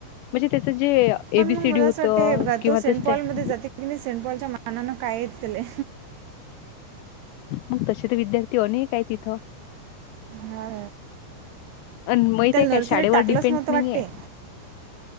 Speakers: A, on the left; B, on the right.
A: म्हणजे त्याचं जे-
B: पण
A: एबीसीडी
B: मग मला
A: होतं
B: असं वाटतंएकदा,
A: किंवा
B: तो सेंट
A: तेच
B: पॉल
A: ते स्टॅ
B: मध्ये जाते की मी सेंटपॉलच्या मानान काय येत तिले?
A: मग तसे तर विद्यार्थी अनेक आहेत इथं.
B: हा.
A: अन माहित
B: त्याला.
A: आहे काय
B: नर्सरीत
A: शाळेवर
B: टाकलंच
A: डिपेंड
B: नव्हतं
A: नाहीये.
B: वाटते